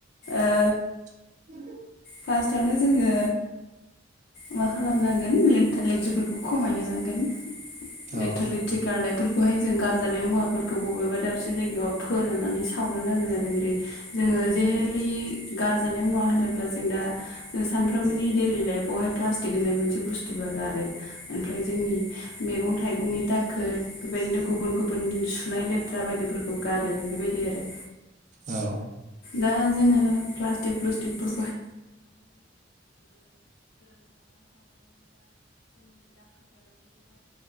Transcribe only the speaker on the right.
<inaudible>
औ
औ